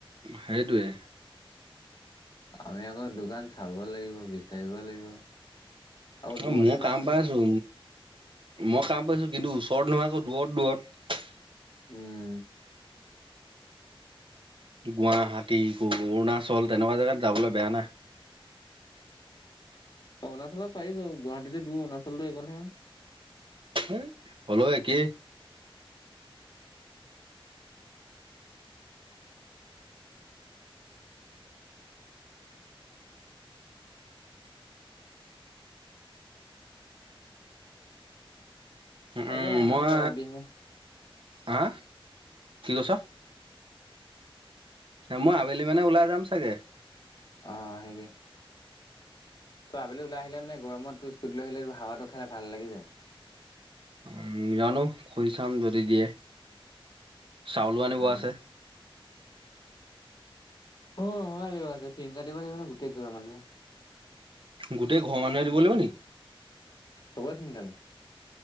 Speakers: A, on the right; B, on the left.
A: সেইটোৱেই
B: আমি আকৌ দোকান চাব লাগিব বিচাৰিব লাগিব আকৌ দূৰতহে
A: অ মোৰ
B: পাইছো
A: কাম পাইছোঁ মই কাম পাইছো কিন্তু ওচ ওচৰত নহয় আক দূৰত দূৰত
B: উম
A: গুৱাহাটী কৰ অৰুণাচল তেনেকুৱা জেগাত যাবলৈ বেয়া না
B: অৰুণাচলত পাৰিব বাৰু গুৱাহাটীতো দূৰ অৰুণাচলতো এই কনহে আও
A: হে হলেও একেই
B: তাকে
A: উম
B: সিহঁতৰ
A: মই
B: বিজনেছ
A: হা কি কৈছ মই আবেলি মানে ওলাই যাম চাগে
B: অ হেৰি ত' আবেলি ওলাই আহিলে মানে গৰমত স্কুটি লৈ আহিলে হাৱাটো খাই ভাল লাগি যায়
A: উ জানো খুজি চাম যদি দিয়ে চাউলো আনিব
B: অ'
A: আছে
B: অ আমাৰো দিব আছে ফিংগাৰ দিব লাগিব নহয় গোটেই ঘৰৰ মানুহে
A: গোটেই ঘৰ মানুহে দিব লাগিব নি।
B: চবৰে ফিংগাৰ লৈছে।